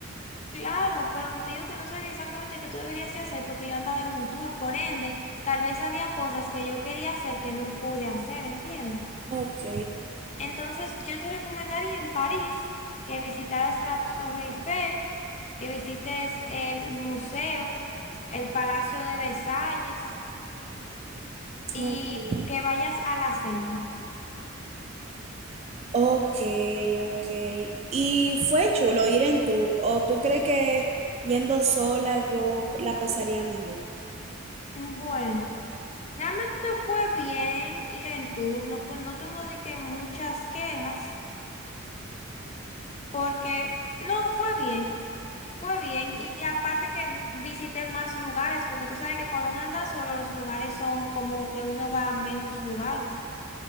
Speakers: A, on the left; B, on the right.
A: claro, pero que te digo que no sabría exactamente qué tú deberías de hacer porque yo andaba en un tour, por ende, tal vez había cosas que yo quería hacer que no pude hacer, ¿entiendes?
B: Ok,
A: Entonces, yo te recomendaría en París que visitaras la Torre Eiffel, que visites el museo, el Palacio de Versalles y
B: ok.
A: que vayas a la cena.
B: Ok, ok. ¿Y fue
A: Mm,
B: chulo ir en tour? ¿O tú crees que yendo sola yo la pasaría mejor?
A: mm, Bueno. Realmente fue bien ir en turno, pues no tengo de que muchas quejas, porque no fue bien, fue bien. Y aparte que bu- visité más lugares, porque tú sabes que cuando uno anda solo, los lugares son como que uno va a menos lugares.